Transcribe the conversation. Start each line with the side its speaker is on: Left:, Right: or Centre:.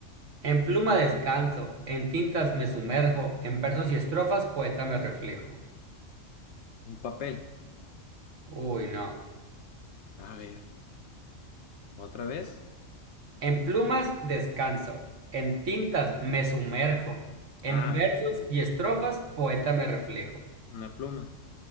Right: En pluma descanso, en tintas me sumerjo, en versos y estrofas poeta me reflejo.
Left: Un papel.
Right: Uy, no.
Left: A ver, ¿otra vez?
Right: En plumas descanso, en tintas me sumerjo, en
Left: Ah,
Right: versos y estrofas poeta me reflejo.
Left: una pluma.